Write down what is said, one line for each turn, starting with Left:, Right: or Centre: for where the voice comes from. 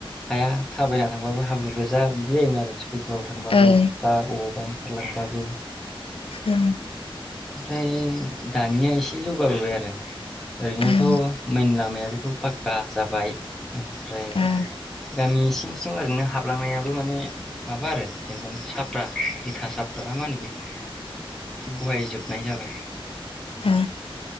Centre: हाया थाबायना थांबाबो हाब्रु गोजा बिदि जायोमोन आरो स्कुलफ्राव थांबाबो
Left: ओं
Centre: बा बबावबा ओंखारलांबाबो
Left: औ
Centre: ओमफ्राय दानिया एसे जौगाबोबाय आरो ओरैनोथ'
Left: ओं
Centre: मेन लामाया आथ फाक्का जाबाय ओमफ्राय
Left: ओं
Centre: गामि सिं सिं ओरैनो हाबलांनायाबो माने माबा आरो जेनेबा साफ्रा इथा साफ्रा ना मा होनो बेखौ बहायजोबनाय जाबाय।
Left: हा